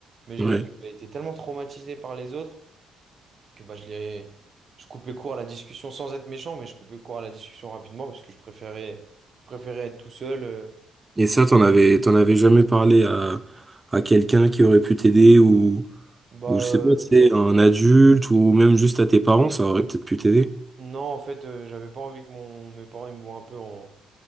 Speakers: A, on the right (about 45°); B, on the right (about 15°).
A: Mais j'avais
B: Ouais.
A: j'avais été tellement traumatisé par les autres que bah, je les... je coupais court à la discussion sans être méchant, mais je coupais court à la discussion rapidement parce que je préférais, préférais être tout seul. euh,
B: Et ça, t'en avais, t'en avais jamais parlé à, à quelqu'un qui aurait pu t'aider ou,
A: bah,
B: ou je
A: euh,
B: sais pas, c'est un adulte ou même juste à tes parents, ça aurait peut-être pu t'aider.
A: Non, en fait, euh, j'avais pas envie que mon, mes parents ils me voient un peu en.